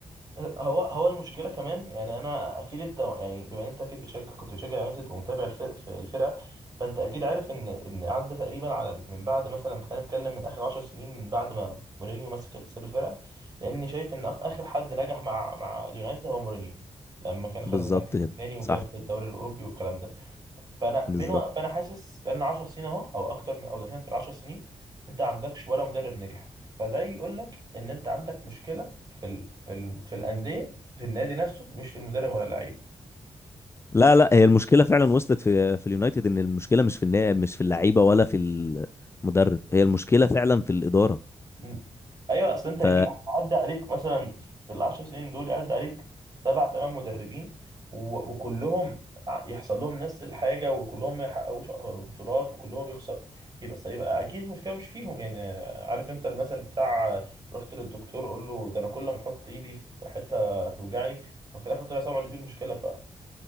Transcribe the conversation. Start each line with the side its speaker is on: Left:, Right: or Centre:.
Right: هو هو المشكله كمان يعني انا اكيد انت يعني بما ان انت اكيد بتشجع كنت بتشجع يونايتد ومتابع الف- الفرقه فانت اكيد عارف ان ان عدى تقريبا على ال- من بعد مثلا خلينا نتكلم من اخر 10 سنين من بعد ما مورينيو مسك ال- ساب الفرقه لان شايف ان آخ- اخر حد نجح مع مع اليونايتد هو مورينيو لما كان خد
Left: بالظبط
Right: المركز
Left: كده
Right: الثاني وجاب
Left: صح
Right: الدوري الاوروبي والكلام ده فانا
Left: بالظبط
Right: من وق... فانا حاسس بقالنا 10 سنين اهو او اكتر من او داخلين في ال 10 سنين انت ما عندكش ولا مدرب نجح فده يقول لك ان انت عندك مشكله في ال... في ال... في الانديه في النادي نفسه مش في المدرب ولا اللعيب
Left: لا لا هي المشكله فعلا وصلت في في اليونايتد ان المشكله مش في النا... مش في اللعيبه ولا في المدرب هي المشكله فعلا في الاداره
Right: مم. ايوه اصل انت هتجيب
Left: ف
Right: عدى عليك مثلا في العشر سنين دول يعدي عليك سبع ثمان مدربين و- وكلهم ع- يحصل لهم نفس الحاجه وكلهم ما يحققوش بطولات وكلهم يخسروا يبقى يبقى اكيد المشكله مش فيهم يعني عارف انت المثل بتاع رحت للدكتور قول له ده انا كل ما احط ايدي في حته توجعني ففي الاخر طلع صبعه اللي فيه المشكله ف...